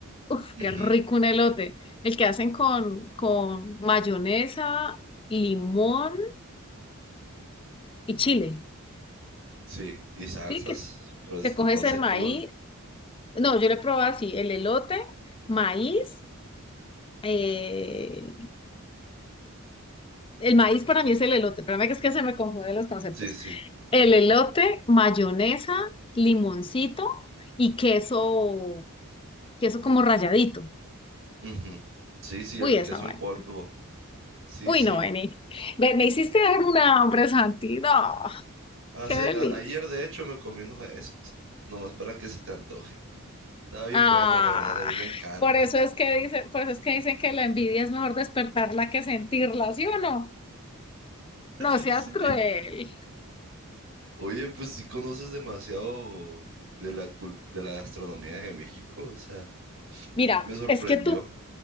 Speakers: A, on the left; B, on the right.
A: Uf,
B: Ujú,
A: qué rico un elote. El que hacen con, con mayonesa, limón y chile.
B: sí, y salsas,
A: ¿Sí? Que,
B: pero s-
A: que coges
B: no sé
A: el maíz.
B: cómo. l-
A: No, yo le probé así, el elote, maíz. eh, el maíz para mí es el elote. Espérame que es que se me confunden los conceptos.
B: Sí, sí.
A: El elote, mayonesa, limoncito y queso, queso como ralladito.
B: ujú, Sí, sí,
A: Uy,
B: el
A: esa
B: queso
A: vaina.
B: en polvo. Sí,
A: Uy,
B: sí.
A: no, Beni. me Me hiciste dar un hambre, Santi. No,
B: Hace,
A: qué delicia.
B: a- ayer, de hecho, me comí uno de esos. Nomás para que se te antoje. Estaba bien
A: Ah,
B: bueno, la verdad, a mí me encanta.
A: por eso es que dice, por eso es que dicen que la envidia es mejor despertarla que sentirla, ¿sí o no? No
B: <laughs>
A: seas
B: Sí.
A: cruel.
B: Oye, pues sí conoces demasiado de la, cul- de la gastronomía de México, o sea. Me,
A: Mira,
B: me sorprendió.
A: es que tu,